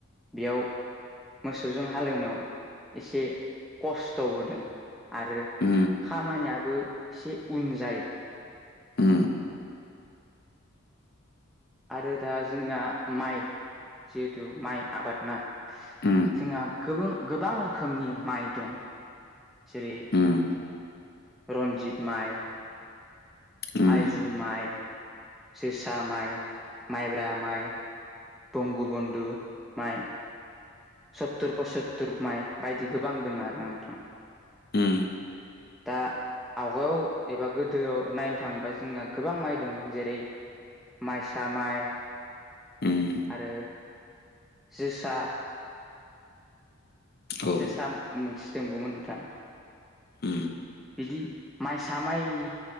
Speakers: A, in the centre; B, on the left.
A: बेयाव मोसौजों हालेवनायाव इसे खस्थ'बो दों आरो
B: उम
A: खामानियाबो इसे उन जायो।
B: उम
A: आरो दा जोंना माइ जिहेथु माइ आबाद ना
B: उम
A: जोंहा गोबों गोबां रोखोमनि माइ दं। जेरै
B: उम
A: रन्जिद माइ
B: उम
A: आइजुम माइ, जोसा माइ, माइब्रा माइ, बंगु बन्धु माइ। सत्तुर पसत्तुर माइ बायदि गोबां दों आरो ना नोंथां।
B: उम
A: दा आवगायाव एबा गोदोआव नायनो थाङोबा जोंनिया गोबां माइ दंमोन जेरै माइसा माइ
B: उम
A: आरो <inaudible> जोसा
B: औ
A: जोसा मोनसे दंबावमोन नोंथां।
B: उम
A: बिदि माइसा माइनि